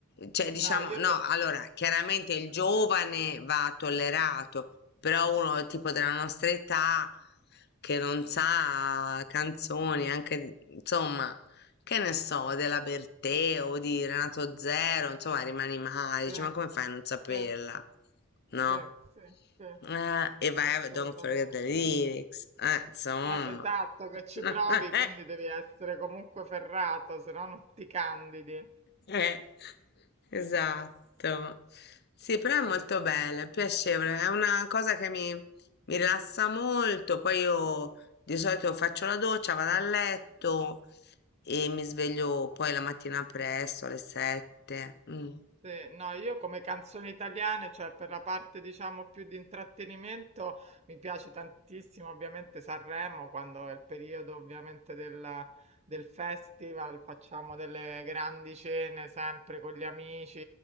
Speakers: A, on the left (about 50°); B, on the right (about 30°).
A: cioè diciamo,
B: No, io
A: no,
B: per...
A: allora chiaramente il giovane va tollerato, però uno tipo della nostra età che non sa canzoni, anche insomma, che ne so, della Bertè o di Renato Zero, insomma, rimani male,
B: Sì,
A: dici, ma come fai a non saperla?
B: sì,
A: No?
B: sì, sì, sì,
A: Eh, e vai
B: assolutamente.
A: a Don't Forget the Lyrics, eh, insomma.
B: Eh, esatto, che
A: <laughs>
B: ci provi, quindi devi essere comunque ferrato, se no non ti candidi.
A: Eh, esatto. Sì, però
B: Sì.
A: è molto bella, è piacevole, è una cosa che mi, mi rilassa molto. Poi io di solito faccio la doccia, vado a letto e mi sveglio poi la mattina presto, alle sette. Mm.
B: Sì, no, io come canzoni italiane, cioè per la parte diciamo più di intrattenimento, mi piace tantissimo ovviamente Sanremo, quando è il periodo ovviamente del, del festival, facciamo delle grandi cene sempre con gli amici,